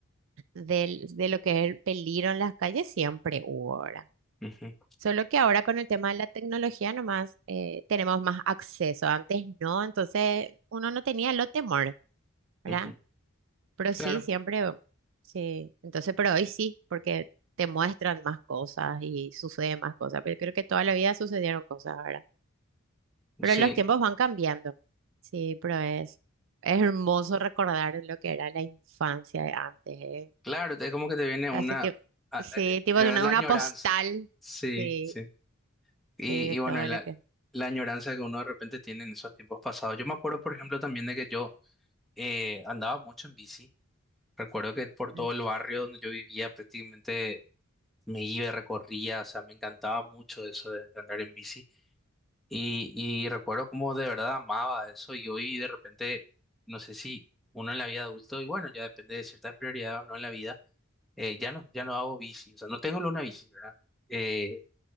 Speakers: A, on the right; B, in the centre.
A: del, de lo que es el peligro en las calles siempre hubo, ¿verdad?
B: ujú,
A: Solo que ahora con el tema de la tecnología nomás eh, tenemos más acceso. Antes no, entonces uno no tenía lo temor, ¿verdad?
B: ujú.
A: Pero sí,
B: Claro,
A: siempre, sí. Entonces, pero hoy sí, porque te muestran más cosas y suceden más cosas. Pero creo que toda la vida sucedieron cosas ahora. Pero
B: sí.
A: los tiempos van cambiando. Sí, pero es, es hermoso recordar lo que era la infancia de antes, ¿eh?
B: Claro, es como que te viene una,
A: Así tipo,
B: a- a-
A: sí,
B: eh,
A: tipo de una,
B: la
A: una
B: añoranza.
A: postal.
B: Sí,
A: Sí,
B: sí. Y,
A: sí, de
B: y
A: todo
B: bueno, y la,
A: lo que...
B: la añoranza que uno de repente tiene en esos tiempos pasados. Yo me acuerdo, por ejemplo, también de que yo eh, andaba mucho en bici. Recuerdo que por
A: ¿no?
B: todo el barrio donde yo vivía prácticamente me iba, recorría, o sea, me encantaba mucho eso de andar en bici. Y, y recuerdo como de verdad amaba eso y hoy de repente, no sé si uno en la vida adulto, y bueno, ya depende de ciertas prioridades o no en la vida eh, ya no, ya no hago bici, o sea, no tengo una bici, ¿verdad? Eh,